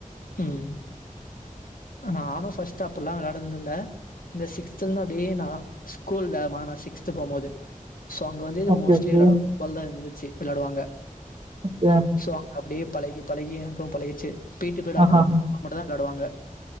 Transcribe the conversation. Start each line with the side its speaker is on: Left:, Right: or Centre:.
Left: உம் நானும் ஃபர்ஸ்ட் அப்டில்லா வெளாடினது இல்ல இந்த சிக்ஸ்த்லந்து அப்டியே நா ஸ்கூல் வேகமா நா சிக்ஸ்த் போம்போது சோ அங்க வந்து
Right: ஓகே
Left: மோஸ்ட்லி
Right: ஓகே
Left: விளையாடுவாங்க வல்ல இருந்துச்சு வெளையாடுவாங்க
Right: ஓகே
Left: சோ அங்க அப்டியே பழகி பழகி எனக்கு பழகிச்சு பி டி பிரியடானா
Right: ஆஹா
Left: நா மட்டுதா வெளாடுவாங்க